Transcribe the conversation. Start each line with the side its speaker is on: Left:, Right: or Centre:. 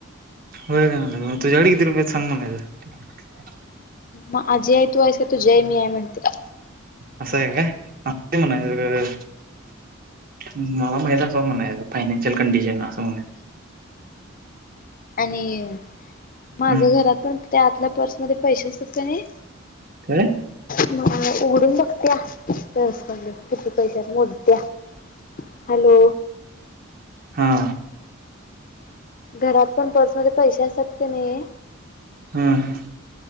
Right: बंग मं अडग तरं कीर्ती रूपायांत संग मनं
Left: मं अजय तुं यसय तो जयं मीय म्हणतिर
Right: असं आहे कायं असं म्हणांयला मलां माहिदा असं म्हणांय फायनान्शियल कंडिशन असं म्हंणे
Left: आणि माझं
Right: हा,
Left: घरांत पणं त्यां आंतल्या पर्समध्यें पैसे असतांत कां नाहीं
Right: कायं
Left: डोळे उघडूंन बघत्यांसकडले किती पैसे मोडत्यां हॅलो
Right: हां
Left: घरांत पणं पर्समध्यें पैसे असतांत की नाहीं
Right: हां